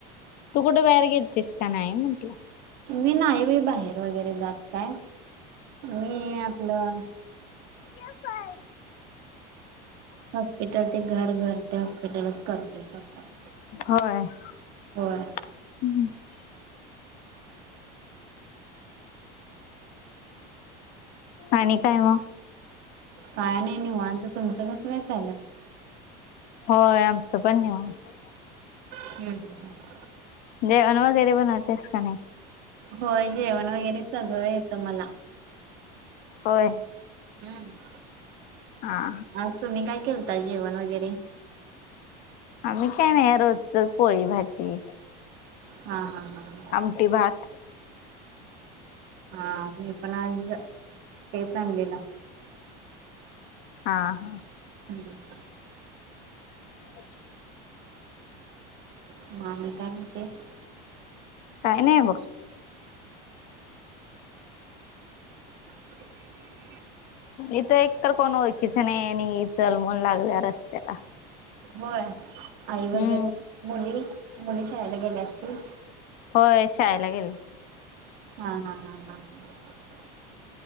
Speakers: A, on the left; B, on the right.
A: तू कुठं बाहेर गेलतीस का नाही म्हटलं?
B: मी नाही मी बाहेर वगैरे जात काय, मी आपलं-
A: <unintelligible>
B: हॉस्पिटल ते घर, घर ते हॉस्पिटलच करते फक्त.
A: <unintelligible>
B: होय.
A: आणि काय मग?
B: काय नाही, निवांत तुमच कसं काय चाललंय?
A: होय, आमचं पण निवांत.
B: <unintelligible>
A: जेवण वगैरे, बनवतेस का नाही?
B: होय, जेवायला वगैरे सगळं येतं मला.
A: होय.
B: हम्म.
A: हा.
B: मग तुम्ही काय केलता, जेवण वगैरे?
A: आम्ही काही नाही, रोजच पोळी, भाजी.
B: हा, हा, हा.
A: आमटी, भात.
B: ह मी पण आज तेच आणलेलं?
A: हा, हा.
B: <inaudible>
A: <inaudible>
B: <unintelligible>
A: काय नाही बघ.
B: <unintelligible>
A: इथं एकतर कोण ओळखीच नाही आणि चल म्हणून लागल्या रस्त्याला.
B: होय, आई वगैरे
A: हम्म
B: मुली, मुली शाळाला गेल्या असतील.
A: होय शाळेला गेले.
B: हा, हा, हा, हा, हा.